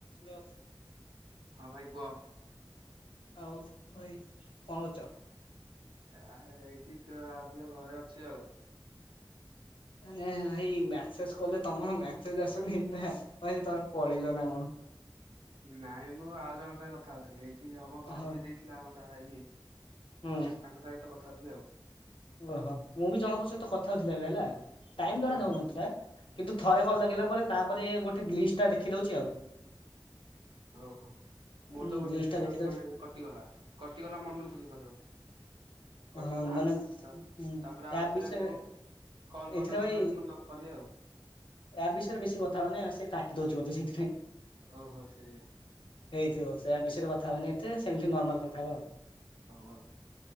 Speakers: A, on the left; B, on the right.
A: ଲ।
B: ହଁ ଭାଇ କୁହ।
A: ଆଉ ଭାଇ କଣ କରୁଚ?
B: ଆ ଏ-ଏ-ଏଇଠି କ ଆ <unintelligible> ଘରେ ଅଛି ଆଉ।
A: ଉ ନେଲ ଭାଈ ମେସେଜ କଲେ ତମ ମେସେଜ ଆସୁନି ନା ଭାବିଲି ତମେ ପଳେଇଲ ନା କଣ।
B: ନାଇଁ ମୁଁ ଆଉ ଜଣଙ୍କ ସାଙ୍ଗେ କଥା ହଉଥିଲି ଏଇଠି ହବ ଭାଇ
A: ଓହୋ
B: ଜିିଏ ଦେଇଥିଲା ମତା ଏଇ। ତାଙ୍କ
A: ହୁଁ
B: ସାଙ୍ଗ ରେ କଥା ହଉଥିଲି ଆଉ।
A: ଓହୋ ମୁଁ ବି ଜଣଙ୍କ ସହିତ କଥା ହଉଥିଲି ଏବେ ହେଲା ଟାଇମ ଜଣା
B: ହଁ
A: ଯାଉନଥିଲା। କିନ୍ତୁ ଥରେ କଲ ଲାଗିଲା ପରେ ତାପରେ ଗୋଟେ ଗ୍ଲିସ୍ ଟା ଦେଖି ଦଉଛି ଆଉ।
B: ଓଃ ମୋର
A: ହୁଁ
B: ତ ଗୋଟେ
A: ଗ୍ଲିଚ
B: <unintelligible>
A: ଟା ଦେଖିଦଉଛି
B: ମାନେ କଟିଗଲା କଟିଗଲା ମନକୁ ଜିଏ କହିବ। କଟିଗଲା
A: ହଁ ମାନେ ହୁଁ
B: ତା ତାପରେ ଆଉଥରେ
A: ଆପ ବିଷୟରେ।
B: ମୁଁ କଲ୍ କରିନା
A: ଏଥିରେ
B: ତାଙ୍କ
A: ଭାଇ
B: ସାଙ୍ଗେ ପୁଣି ଧ- କଲି ଆଉ।
A: ଆପ୍ ବିଷୟରେ ବେଶୀ କଥା ହବାନି ସେ କାଟି ଦଉଛି ବଧେ ସେ
B: ଓହୋ ସେଇଆ।
A: ହେଇଥିବ ସେ ଆପ ବିଷୟରେ କଥା ହବାନି ଏତେ ସେମିତି ନର୍ମାଲ କଥା ହବା ଆଉ।
B: ହଉ ଆଉ।